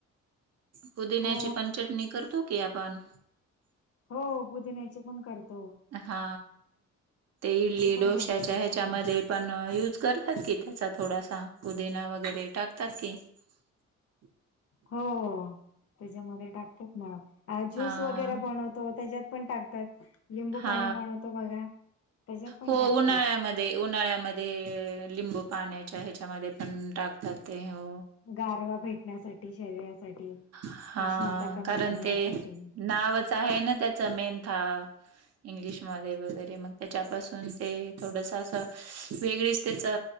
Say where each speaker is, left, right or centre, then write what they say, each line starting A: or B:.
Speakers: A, on the right (about 55°); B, on the left (about 50°).
A: पुदिन्याची
B: हो
A: पण चटणी करतो की आपण.
B: हो पुदिण्याचे पण करतो.
A: हा ते इडली
B: ती पण
A: डोश्याच्या
B: चांगली असते.
A: ह्याच्यामध्ये पण युज करतात की त्याचा थोडासा पुदिना वगैरे टाकतात की <inaudible>
B: हो त्याच्यामध्ये टाकतात. मला ज्यूस
A: हा
B: वगैरे बनवतो त्याच्यात पण टाकत लिंबू
A: हा
B: पाणी बनवतो बघा त्याच्यात पण
A: हो
B: टाकतात
A: उन्हाळ्यामध्ये, उन्हाळ्यामध्ये. म लिंबू पाण्याच्या ह्याच्यामध्ये पण टाकतात. ते हो
B: गारवा भेटण्यासाठी. शरीरासाठी
A: हा
B: उष्णता कमी
A: कारण
B: करण्यासाठी
A: ते नावच आहे ना त्याच मेनथा इंग्लिशमध्ये वगैरे मग त्याच्यापासून ते थोडस असं वेगळीच त्याचा